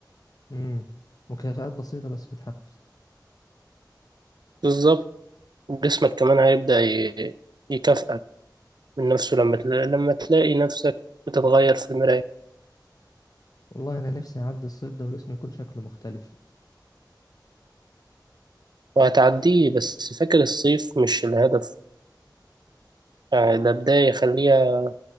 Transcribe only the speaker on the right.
بالظبط جسمك كمان هيبدأ ي- يكافئك من نفسه لما تلا- لما تلاقي نفسك بتتغير في المراية
وهتعديه بس فاكر الصيف مش الهدف يعني ده بداية خليها